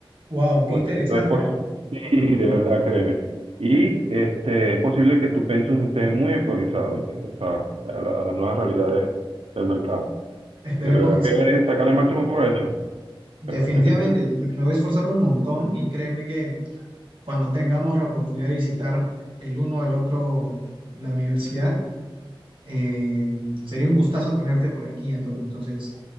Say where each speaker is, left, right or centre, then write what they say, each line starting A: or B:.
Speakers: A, on the right; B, on the right.
A: Wow, qué
B: Por
A: interesante,
B: eso es posi-
A: ¿ah?
B: Sí, de verdad, créeme. Y este, es posible que tu pensum esté muy actualizado, ¿viste? O sea, a, la- a las nuevas realidades del mercado.
A: Esperemos
B: De verdad
A: que sí.
B: que debes sacarle el máximo provecho.
A: Definitivamente,
B: De verdad que te felicito.
A: me me voy a esforzar un montón y créeme que cuando tengamos la oportunidad de visitar el uno al otro la universidad, eh, sería un gustazo tenerte por aquí, Antonio. Entonces,